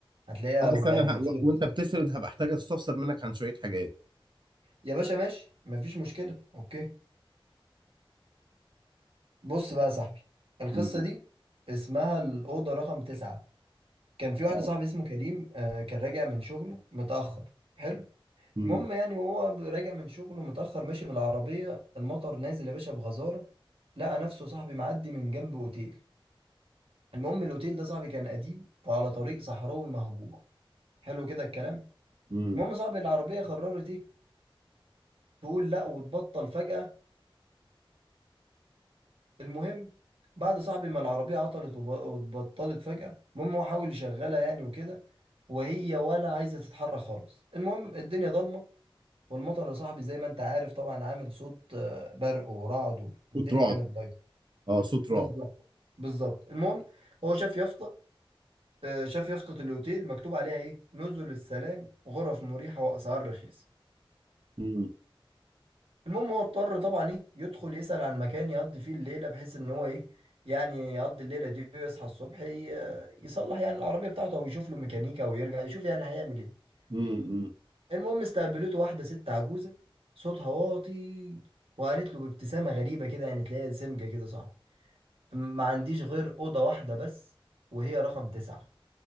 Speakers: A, on the right (about 80°); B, on the right (about 55°).
A: هتلاقيها
B: اه
A: أوي
B: بس انا
A: يعني مثير
B: ه... و-
A: بصراحة.
B: وانت بتسرد هبقى احتاج استفسر منك عن شوية حاجات
A: يا باشا ماشي مفيش مشكلة أوكي بص بقى يا صاحبي القصة
B: امم
A: دي اسمها الأوضة رقم تسعة كان في واحد
B: اه
A: صاحبي اسمه كريم آه، كان راجع من شغله متأخر حلو
B: امم
A: المهم يعني وهو راجع من شغله متأخر ماشي بالعربية المطر نازل يا باشا بغزارة لقى نفسه صاحبي معدي من جنب أوتيل المهم الأوتيل ده صاحبي كان قديم وعلى طريق صحراوي مهجور حلو كده الكلام
B: امم
A: المهم صاحبي العربية قررت إيه تقول لأ وتبطل فجأة المهم بعد صاحبي ما العربية عطلت وب- واتبطلت فجأة المهم هو حاول يشغلها يعني وكده وهي ولا عايزة تتحرك خالص المهم الدنيا ضلمة والمطر يا صاحبي زي ما انت عارف طبعا عامل صوت آه، برق ورعد والدنيا
B: صوت رعب
A: كانت بايظه
B: اه صوت
A: بالظبط
B: رعب
A: بالظبط المهم هو شاف يافطه آه، شاف يافطه الاوتيل مكتوب عليها ايه نزل السلام غرف مريحه واسعار رخيصه
B: امم
A: المهم هو اضطر طبعا ايه يدخل يسأل عن مكان يقضي فيه الليله بحيث ان هو ايه يعني يقضي الليله دي ويصحى الصبح ي- يصلح يعني العربيه بتاعته او يشوف له ميكانيكا ويرجع يشوف يعني هيعمل ايه
B: امم
A: المهم استقبلته واحدة ست عجوزة صوتها واطي وقالت له بابتسامة غريبة كده يعني تلاقيها سمجة كده صعب ما عنديش غير أوضة واحدة بس وهي رقم تسعة